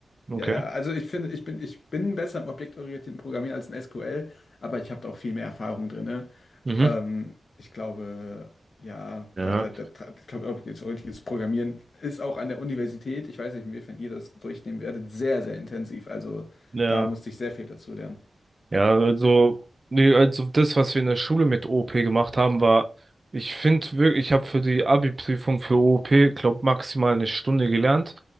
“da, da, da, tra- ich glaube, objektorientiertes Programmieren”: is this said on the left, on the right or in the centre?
Left